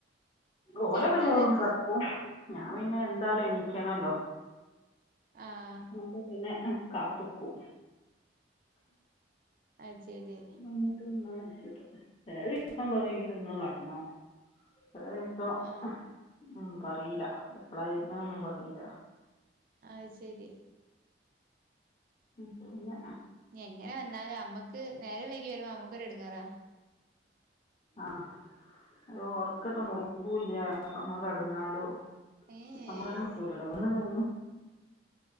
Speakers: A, on the right; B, on the left.
A: ഇജ്ജായിട്ടാ
B: ഓലൊക്കെ ചോറൊന്ന്
A: നേരത്തെ
B: കടക്കും ഞാൻ പിന്നെ എന്താലും എണീക്കണല്ലോ
A: ആഹ്
B: <unintelligible> പിന്നെ കാത്തക്കും
A: ആഹ് ശരി
B: എന്നിട്ട് ചില ദിവസം പറയും ഇതൊന്ന് വടണോ ലെ ദിവസം
A: ആഹ്
B: ഉം പറയില്ല എപ്പോളായി ഇന്നൊന്നും പറയില്ല
A: ആ ശരി
B: പിന്നെ
A: എങ്ങനെ വന്നാലു അമ്മക്ക് നേരം വൈകി വരുമ്പോ നമ്മക്കൊരു എട്ങ്ങേറ
B: ആ അത് ഒർക്കറ്റെ മുറുകൂല്ല അമ്മ കിടന്നാലും
A: ഏഹ്
B: സമാധാനം കിട്ടൂലല്ലോ ഒന്നും കഴ